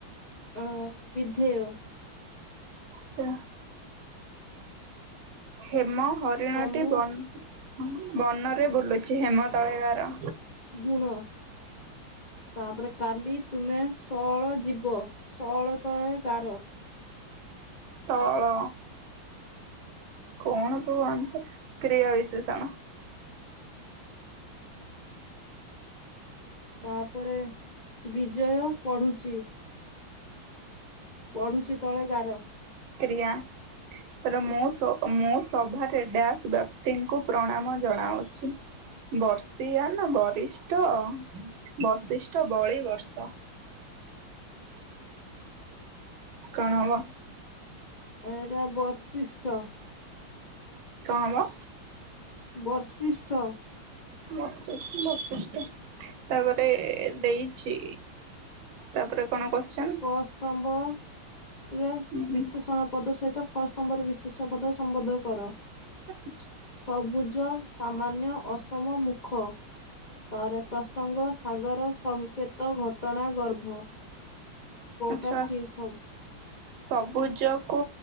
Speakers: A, on the left; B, on the right.
A: ଆଁ ବିଧେଓ।
B: ଚା ହେମ ହରିଣଟି
A: ହେମ
B: ବନ୍ ହ ବନରେ ବୁଲୁଚି ହେମ ତଳେ ଗାର।
A: ଗୁଣ ତାପରେ କାଲି ତୁମେ ଶଅଳ ଯିବ ଶଅଳ ତଳେ ଗାର।
B: ସଅଳ। କଣ ସବୁ ଅଂସାର କ୍ରିୟା ବିଶେଷଣ।
A: ତାପରେ ବିଜୟ ପଢୁଛି। ପଢୁଛି ତଳେ ଗାର।
B: କିୟା ର ମୁଁ ସୋ ମୁଁ ସଭାରେ ରେ ଡାସ୍ ବ୍ୟକ୍ତିଙ୍କୁ ପ୍ରଣାମ ଜଣାଉଛି। ବର୍ଷିଆ ନା ବରିଷ୍ଠ ବଶିଷ୍ଟ ବଳି ବର୍ଷ। କଣ ହବ
A: ଏଇଟା ବର୍ଶିଷ୍ଟ।
B: କଣ ହବ?
A: ବର୍ଶିଷ୍ଠ।
B: ମ ବର୍ଷିଷ୍ଠ ତାପରେ ଦେଇଚି ତାପରେ କଣ କୋଶ୍ଚେନ୍
A: କ ସ୍ତମ୍ଭରେ
B: ହୁଁ ହୁଁ
A: ବିଶେଷଣ ପଦ ସହିତ ଖ ସ୍ତମ୍ଭରେ ବିଶେଷ୍ୟ ପଦ ସମ୍ବୋଧ କର।
B: <inaudible>
A: ଅଭୁଜ ସାମାନ୍ୟ ଅସମ ମୁଖ। ତାର ପ୍ରସଙ୍ଗ ସାଗର ସଂକେତ ଘଟଣା ଗର୍ଭ କୋଉଟା
B: ଆଚ୍ଛା
A: ଠିକ ହବ?
B: ସବୁଜକୁ